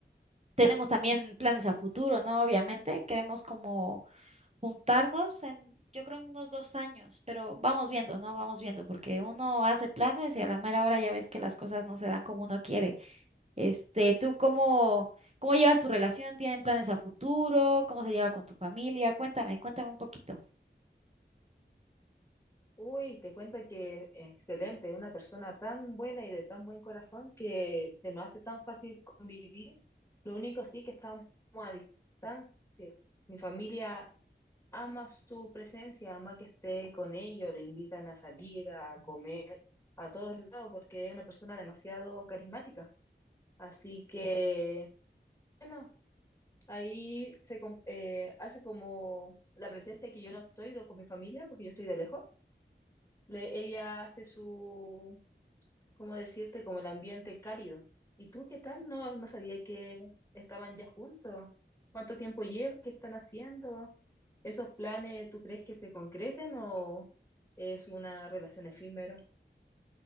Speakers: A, on the right; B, on the left.
A: tenemos también planes a futuro, ¿no? Obviamente queremos como juntarnos en, yo creo, en unos dos años, pero vamos viendo, ¿no? Vamos viendo, porque uno hace planes y a la mera hora ya ves que las cosas no se dan como uno quiere. Este, ¿tú cómo, cómo llevas tu relación? ¿Tienen planes a futuro? ¿Cómo se lleva con tu familia? Cuéntame, cuéntame un poquito.
B: Uy, te cuento que excelente, una persona tan buena y de tan buen corazón que se nos hace tan fácil convivir. Lo único sí que estamos a distancia. Mi familia ama su presencia, ama que esté con ellos, le invitan a salir, a comer, a todos lados, porque es una persona demasiado carismática. Así que, bueno. Ahí se com- eh, hace como la presencia que yo no estoy do- con mi familia, porque yo estoy de lejos. Le- ella hace su, ¿cómo decirte? Como el ambiente cálido. ¿Y tú qué tal? No, no sabía que estaban ya juntos. ¿Cuánto tiempo llevan? ¿Qué están haciendo? ¿Esos planes tú crees que se concreten o es una relación efímera?